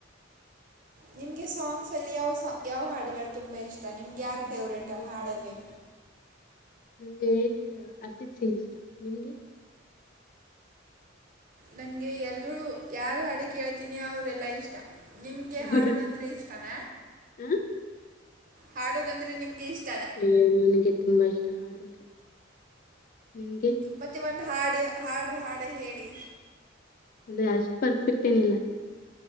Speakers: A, on the right; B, on the left.
A: ನಿಮಗೆ ಸಾಂಗ್ಸಲ್ಲಿ ಯಾವ ಸಾಂಗ ಯಾವ ಹಾಡುಗಳು ತುಂಬ ಇಷ್ಟ ನಿಮ್ಗೆ ಯಾರ ಫೇವ್ರೇಟ್
B: ನಂಗೆ
A: ಆ ಹಾಡಲ್ಲಿ
B: ನಂಗೆ ಅರ್ಜಿತ್ ಸಿಂಗ್ ಇಷ್ಟ ನಿಮ್ಗೆ
A: ನಂಗೆ ಎಲ್ರೂ ಯಾರ ಹಾಡು ಕೇಳ್ತೀನಿ ಅವರೆಲ್ಲಾ ಇಷ್ಟ ನಿಮ್ಗೆ ಹಾಡೋದಂದ್ರೆ
B: ಹೌದಾ
A: ಇಷ್ಟನ
B: ಹ
A: ಹಾಡೋದಂದ್ರೆ ನಿಮ್ಗೆ ಇಷ್ಟ
B: ಹು ನನ್ಗೆ ತುಂಬಾ ಇಷ್ಟ ಹಾಡು ಅಂದ್ರೆ ನಿಂಗೆ
A: ಮತ್ತೆ ಒಂದು ಹಾಡು ಹಾಡಿ ಹಾಡು ಹೇಳಿ
B: ಅಂದ್ರೆ ಅಷ್ಟ್ ಪರ್ಫೆಕ್ಟ್ ಏನಿಲ್ಲ